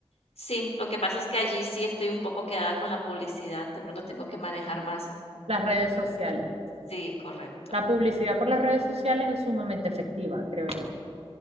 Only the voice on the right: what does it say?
las redes sociales.
La publicidad por las redes sociales es sumamente efectiva, creo yo.